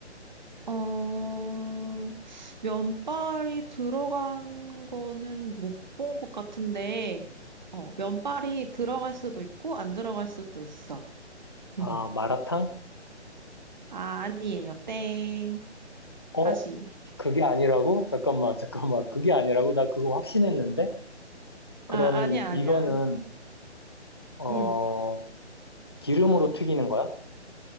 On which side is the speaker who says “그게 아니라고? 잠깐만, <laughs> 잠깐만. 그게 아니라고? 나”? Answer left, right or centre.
Left